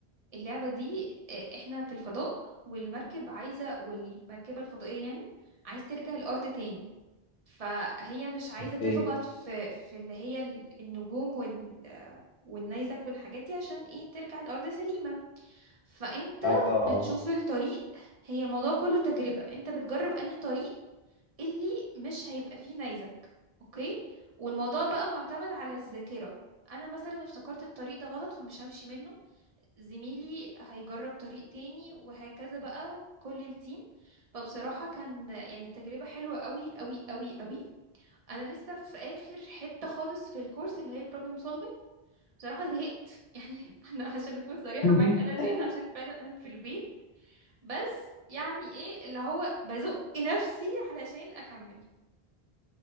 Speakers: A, on the right; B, on the left.
A: اللعبة دي آه، احنا في الفضاء والمركب عايزة والمركبة الفضائية يعني عايز ترجع الأرض تاني فهي مش عايزة
B: اوكي
A: تخبط في في اللي هي ال- النجوم وال آه، والنيزك والحاجات دي عشان ايه ترجع الأرض سليمة فانت
B: اه اه
A: بتشوف الطريق هي الموضوع كله تجربة انت بتجرب انهي طريق اللي مش هيبقى فيه نيزك اوكي والموضوع بقى معتمد على الذاكرة انا مثلا افتكرت الطريق ده غلط فمش همشي منه زميلي هيجرب طريق تاني وهكذا بقى كل التيم فبصراحة كان يعني تجربة حلوة قوي قوي قوي قوي انا لسه في اخر حتة خالص في الكورس اللي هي البروبلم سولفينج بصراحة زهقت <laughs> يعني انا عشان اكون صريحة
B: <laughs>
A: معاك انا زهقت
B: آه.
A: عشان فعلا انا في البيت بس يعني ايه اللي هو بزق نفسي علشان اكمل